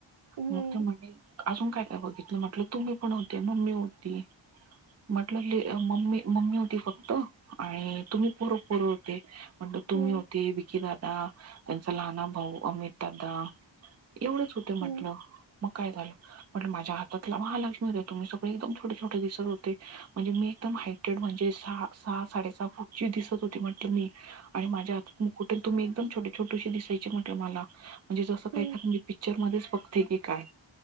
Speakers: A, on the right; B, on the right.
A: हम्म,
B: मग ते म्हणे अजून काय काय बघितलं, म्हटलं तुम्ही पण होते मम्मी होती. म्हटलं मम्मी मम्मी होती फक्त, आणि तुम्ही पोरपोर होते. म्हटलं तुम्ही
A: हम्म,
B: होते विकी दादा. त्यांचा लहना भाऊ अमित दादा एवढंच होते. म्हटलं
A: हम्म,
B: मग काय झालं. म्हणल माझ्या हातात महालक्ष्मी होते तुम्ही सगळे एकदम छोटे छोटे दिसत होते. म्हणजे मी एकदम हाय म्हणजे सा सहा साडे सहा फुट ची दिसत होती म्हटलं मी. आणि माझ्या हात मुकट ये, आणि तुम्ही एकदम छोटे. छोटीशी दिसायची म्हटलं मला, म्हणजे जसं
A: हम्म,
B: काय तर म्हणजे पिक्चर मध्येच बघते की काय.